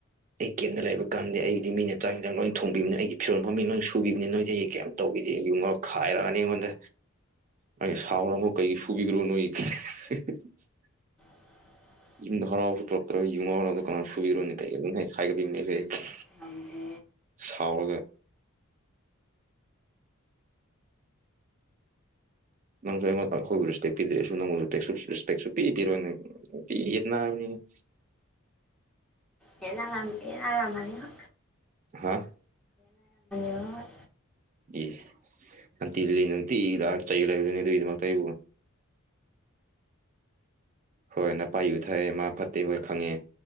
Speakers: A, on the right; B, in the centre.
A: ꯑꯩ ꯀꯦꯝꯗ ꯂꯩꯕ ꯀꯥꯟꯗ ꯑꯩꯒꯤꯗꯤ ꯃꯤꯅ ꯆꯥꯛ ꯑꯦꯟꯁꯥꯡ ꯂꯣꯏ ꯊꯣꯡꯕꯤꯕꯅꯦ ꯑꯩꯒꯤ ꯐꯤꯔꯣꯟ ꯐꯥꯎ ꯃꯤꯅ ꯂꯣꯏ ꯁꯨꯕꯤꯕꯅꯤ ꯅꯣꯏꯗꯤ ꯀꯩꯝ ꯇꯧꯕꯤꯗꯦ ꯌꯨ ꯉꯥꯎꯔꯒ ꯈꯥꯏꯔꯛꯑꯅꯤ ꯃꯤꯉꯣꯟꯗ ꯃꯥ ꯁꯥꯎꯔ ꯑꯃꯨꯛ ꯀꯩꯒꯤ ꯁꯨꯕꯤꯒꯔꯣ ꯅꯣꯏ ꯍꯍ
B: <inaudible>
A: ꯌꯨꯝꯗ ꯍꯔꯥꯎꯅ ꯄꯨꯔꯛꯇ꯭ꯔꯥꯒ ꯌꯨ ꯉꯥꯎꯔꯒ ꯑꯗꯨ ꯅꯥꯅ ꯁꯨꯕꯤꯔꯨꯅꯤ ꯀꯥꯢ ꯅꯩꯈꯥꯢꯕꯅꯦ ꯈꯦꯈꯦ
B: ꯉꯝꯗꯦ
A: ꯁꯥꯎꯔꯒ ꯅꯪꯁꯨ ꯑꯩꯉꯣꯟꯗ ꯑꯩꯈꯣꯏꯕꯨ ꯔꯦꯁꯄꯦꯛ ꯄꯤꯗ꯭ꯔꯦ ꯑꯩꯁꯨ ꯅꯪꯕꯨ ꯔꯦꯁꯄꯦꯛ ꯁꯨꯄꯤ ꯄꯤꯔꯣꯏ ꯅ ꯅꯨꯡꯇꯤꯒꯤ ꯌꯦꯠꯅꯕꯅꯦ <inaudible>
B: ꯌꯦꯟꯅꯔꯝ ꯌꯦꯟꯅꯔꯃꯅꯤ ꯍ
A: ꯍꯥ
B: ꯗꯠ
A: ꯏ ꯑꯟꯇꯤ ꯂꯤꯂꯤꯅ ꯅꯨꯡꯇꯤꯒꯤ ꯂꯥꯛꯑꯒ ꯆꯩ ꯂꯩꯗꯣꯢꯅꯦ ꯑꯗꯨꯒꯤꯗꯃꯛꯇ ꯑꯩꯕꯨ ꯍꯣꯏ ꯅꯄꯥ ꯌꯨ ꯊꯛꯑꯦ ꯃꯥ ꯐꯠꯇꯦ ꯍꯣꯏ ꯈꯪꯉꯦ